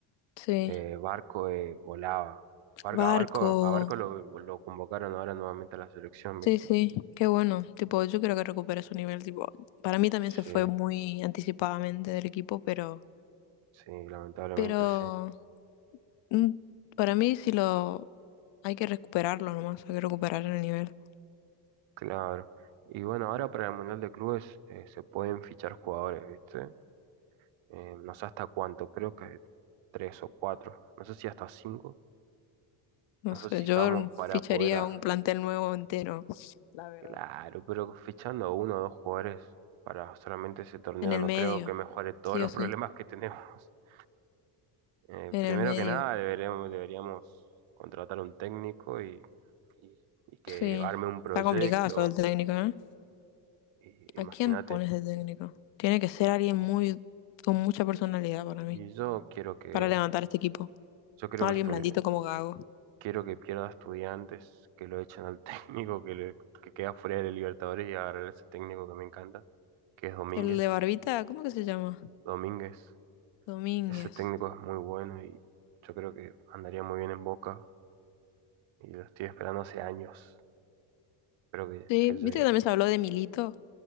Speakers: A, on the left; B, on the right.
A: sí.
B: eh, Barco eh, volaba, Bar-
A: Barco.
B: a Barco, a Barco lo, lo convocaron ahora nuevamente a la selección,
A: Sí,
B: ¿viste?
A: sí, qué bueno. Tipo, yo creo que recupera su nivel. Tipo, para mí también
B: Sí,
A: se fue muy anticipadamente del equipo, pero,
B: sí, lamentablemente
A: pero
B: sí,
A: mm, para mí sí lo hay que recuperarlo nomás, hay que recuperar el nivel.
B: claro. Y bueno, ahora para el Mundial de Clubes eh, se pueden fichar jugadores, ¿viste? Eh, no sé hasta cuánto, creo que tres o cuatro, no sé si hasta cinco,
A: No
B: no
A: sé,
B: sé si
A: yo
B: estamos para
A: ficharía
B: poder a-
A: un plantel nuevo entero, la verdad.
B: Claro, pero fichando uno o dos jugadores para solamente ese torneo
A: En el
B: no
A: medio,
B: creo que mejore todos
A: sí
B: los
A: o sí,
B: problemas que tenemos. <laughs> Eh,
A: en
B: primero
A: el medio.
B: que nada, deberemos- deberíamos contratar un técnico y, y- y que
A: Sí,
B: arme un proyecto.
A: está complicado eso del técnico, ¿eh?
B: Y,
A: ¿A
B: imagínate.
A: quién pones de técnico? Tiene que ser alguien muy con mucha personalidad para mí,
B: Y yo quiero que,
A: para levantar este equipo.
B: yo quiero
A: No alguien
B: que estudie-
A: blandito como Gago.
B: quiero que pierda estudiantes, que lo echen al <laughs> técnico, que, le, que queda fuera de Libertadores y agarrar a ese técnico que me encanta, que es Domínguez.
A: El de Barbita, ¿cómo que se llama?
B: Domínguez.
A: Domínguez.
B: Ese técnico es muy bueno y yo creo que andaría muy bien en Boca y lo estoy esperando hace años. Espero que,
A: Sí,
B: que llegue.
A: viste que también se habló de Milito,